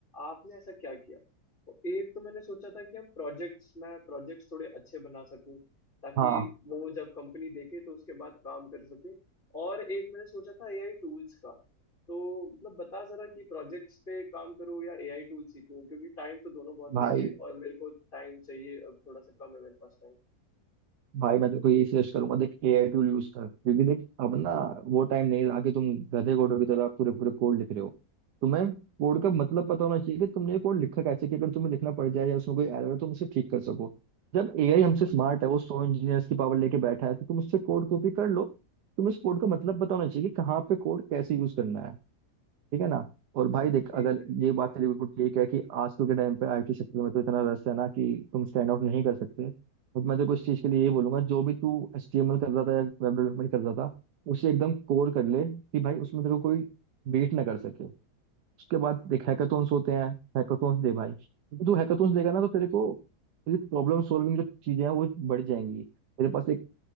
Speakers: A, on the left; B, on the right.
A: आपने ऐसा क्या किया तो एक तो मैंने सोचा था कि हम प्रोजेक्ट्स मैं प्रोजेक्ट्स थोड़े अच्छे बना सकूं ताकि
B: हाँ
A: वो जब कंपनी देखे तो उसके बाद काम कर सके और एक मैंने सोचा था एआई टूल्स का तो मतलब बता जरा कि प्रोजेक्ट्स पे काम करूं या एआई टूल सीखूं क्योंकि टाइम तो दोनों बहुत
B: भाई
A: लेंगे और मेरे को टाइम चाहिए अब थोड़ा सा कम है मेरे पास टाइम
B: भाई मैं तेरे को यही सजेस्ट करूंगा देख एआई टूल यूज कर क्योंकि देख अब ना वो टाइम नहीं रहा कि तुम गधे कोडों की तरह पूरे पूरे कोड लिख रहे हो तुम्हें कोड का मतलब पता होना चाहिए कि तुमने ये कोड लिखा कैसे कि अगर तुम्हें लिखना पड़ जाए या उसमें कोई एरर हो तुम उसे ठीक कर सको जब एआई
A: अच्छा
B: हमसे स्मार्ट है वो सौ इंजीनियर्स की पावर लेके बैठा है तो तुम उससे कोड कॉपी कर लो तुम्हें उस कोड का मतलब पता होना चाहिए कि कहाँ पे कोड कैसे यूज करना है ठीक है ना और भाई देख
A: ठीक
B: अगर
A: है ठीक
B: ये
A: है
B: बात तेरी बिल्कुल ठीक है कि आजकल के टाइम पे आईटी सेक्टर में तो इतना रस है ना कि तुम स्टैंड आउट नहीं कर सकते बट मैं तो कुछ चीज के लिए ये बोलूंगा जो भी तू एचटीएमएल कर रहा था या वेब डेवलपमेंट कर रहा था उसे एकदम कोर कर ले कि भाई उसमें तेरे को कोई बीट ना कर सके उसके बाद देख हैकाथॉन्स होते हैं हैकाथॉन्स दे भाई क्योंकि तू हैकाथॉन्स देगा ना तो तेरे को तेरी प्रॉब्लम सॉल्विंग जो चीजें हैं वो बढ़ जाएंगी तेरे पास एक